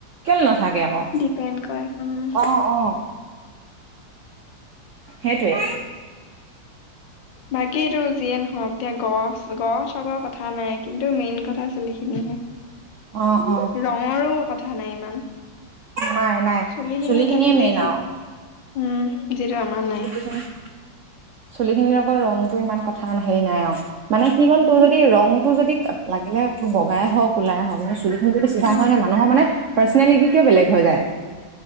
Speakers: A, on the right (about 70°); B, on the left (about 75°).
A: কেলে নাথাকে আকৌ
B: ডিপেণ্ড কৰে উম
A: অ'-অ'। সেইটোৱে।
B: বাকী এইটো যিয়ে নহওক এতিয়া গ <unintelligible> চবৰ কথা নাই কিন্তু মেইন কথা চুলিখিনিহে।
A: অ অ
B: ৰং মোৰো কথা নাই ইমান
A: নাই নাই
B: চুলিখিনি
A: চুলি খিনিয়ে
B: থাকিলেই
A: মেইন
B: চব।
A: আৰু
B: উম। যিটো আমাৰ
A: <inaudible>
B: নাই
A: চুলি খিনিৰ লগত ৰংটো ইমান কথা হেৰি নাই আৰু। মানে কি হ'ল
B: উহু,
A: তোৰ যদি ৰঙটো যদি লাগিলে তোৰ বগাই হওক কোলাই হওক মানে চুলি যদি চিধা
B: অ
A: হয় ন' মানুহৰ মানে পাৰ্চনেলিটিটোৱে বেলেগ হৈ যায়।